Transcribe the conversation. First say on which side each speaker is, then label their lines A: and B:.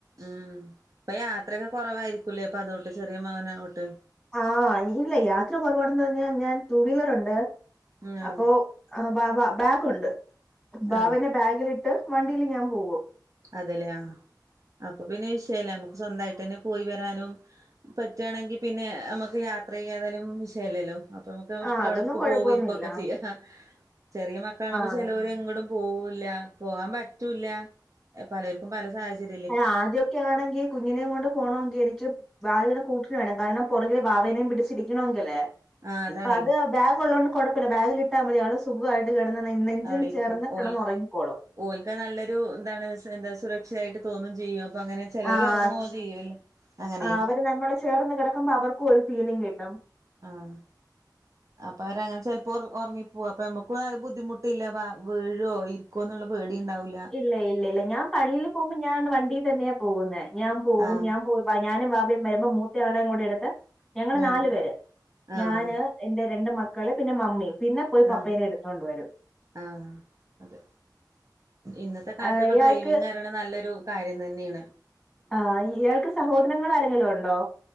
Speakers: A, on the right; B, in the centre.
A: ഉം ഇപ്പൊ യാത്രയൊക്കെ കുറവായിരിക്കൂല്ലേ ഇപ്പൊ അതോട്ട് ചെറിയ മകനായതുട്ട്
B: ആഹ് ഇല്ല യാത്ര കൊറവാണെന്ന് പറഞ്ഞാൽ ഞാൻ റ്റൂ വീലർ ഉണ്ട്
A: ഉം ആഹ്
B: അപ്പൊ ആ ബാവ ബാഗുണ്ട് ബാവനെ
A: ആഹ്
B: ബാഗിലിട്ട് വണ്ടിൽ ഞാൻ പോകും
A: അതല്ലേ ആ അപ്പൊ പിന്നെ വിഷയല്ല നമുക്ക് സ്വന്തായിട്ടന്നെ പോയി വരാനും പറ്റാണെങ്കി പിന്നെ നമുക്ക് യാത്ര ചെയ്യാതാലും വിഷയല്ലല്ലോ അപ്പൊ നമുക്ക് ഇഷ്ടം
B: ആഹ് അതൊന്നും
A: അവിടത്തേക്ക്
B: കുഴപ്പൊന്നുമില്ല
A: പോ ഇരിക്കുവൊക്കെ ചെയ്യാ ചെറിയ മക്കളാണുമ്പോ
B: ആഹ്
A: ചെലവർ എങ്ങടും പോവൂല്ല പോകാൻ പറ്റൂല്ല പലർക്കും പല സാഹചര്യം
B: ആദ്യൊക്കെ ആണെങ്കി കുഞ്ഞിനെയും കൊണ്ട് പോകണമെങ്കിൽ എനിക്ക് വാര് കൂട്ടിനു വേണം കാരണം പുറകെ വാവേനേം പിടിച്ചിരിക്കണെങ്കിലേ
A: ആഹ് അതാണേ
B: ഇപ്പൊ അത് ബാഗ് ഉള്ളോണ്ട് കൊഴപ്പില്ല ബാഗിൽ ഇട്ടാൽ മതി ആള് സുഖായിട്ട് കെടന്ന് നെ നെഞ്ചും
A: അവിടെ ഇരിക്കും
B: ചേർന്ന് കെടന്നുറങ്ങിക്കോളും
A: ഓൽക്ക് ഓൽക്ക് നല്ലൊരു എന്താണ് എന്താ സുരക്ഷയിട്ട് തോന്നും ചെയ്യും അപ്പ അങ്ങനെ ചിലവർ
B: ആഹ്
A: ഉറങ്ങുവ ചെയ്യല്ല അങ്ങനെയും
B: അവര് നമ്മളെ ചേർന്ന് കെടക്കുമ്പോ അവർക്കും ഒരു ഫീലിങ് കിട്ടും
A: ആഹ് അപ്പൊ അവരങ്ങനെ ചെലപ്പോ ഒറങ്ങിപ്പോകും അപ്പൊ നമ്മുക്കും ബുദ്ധിമുട്ടില്ല വീഴോ ക്കുമോ എന്നുള്ള പേടി ഉണ്ടാവി
B: ഇല്ല ഇല്ല ഇല്ല ഞാൻ പള്ളിയിൽ പോകുമ്പോ ഞാൻ വണ്ടിൽ തന്നെയാ പോകുന്നേ ഞാൻ പോകും
A: ആഹ്
B: ഞാൻ പോ ഞാനും വാവേം വരുമ്പോ മൂത്തയാളയും കൂടി എടുത്ത് ഞങ്ങള്
A: ആഹ്
B: നാലു പേര് ഞാന്
A: ആഹ്
B: എന്റെ രണ്ട് മക്കള് പിന്നെ മമ്മി പിന്നെ പോയി പപ്പേനെ
A: ആഹ്
B: എടുത്തോണ്ട് വരും
A: ആഹ് അതെ ഇന്നത്തെ കാലത്തൊക്കെ
B: ആ, ഇയാൾക്ക്
A: ഡ്രൈവിംഗ് അറി നല്ലൊരു കാര്യം തന്നെണ്
B: ആ ഇയാൾക്ക് സഹോദരങ്ങൾ ആരെങ്കിലുംണ്ടോ